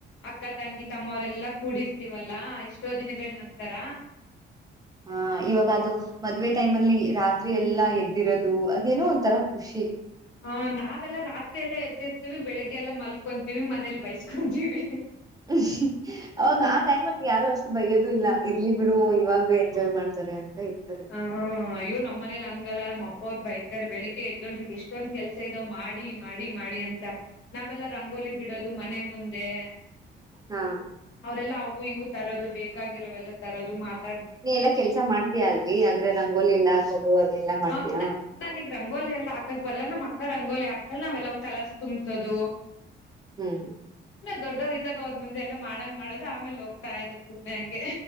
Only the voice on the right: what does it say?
ಹಾ ಇವಾಗ ಅದು ಮದ್ವೆ ಟೈಮ್ ಅಲ್ಲಿ ರಾತ್ರಿ ಎಲ್ಲಾ ಎದ್ದಿರೋದು ಅದೇನೋ ಒಂತರ ಖುಷಿ
ಹ್ಮ ಅವಾಗ
ಆ ಟೈಮ್ಲ್ಲಿ ಯಾರು ಅಷ್ಟು ಬೈಯ್ಯೋದು ಇಲ್ಲ ಇರ್ಲಿ ಬಿಡು ಇವಾಗ ಎಂಜಾಯ್ ಮಾಡ್ತಾರೆ ಇರ್ತಾರೆ
ಹಾ
ನೀ ಎಲ್ಲಾ ಕೆಲ್ಸ ಮಾಡ್ತಿಯ ಅಲ್ಲಿ ಅಂದ್ರೆ ರಂಗೋಲಿ ಎಲ್ಲಾ ಹಾಕೋದು ಅದೆಲ್ಲಾ ಮಾಡ್ತಯಾ
ಹ್ಮ್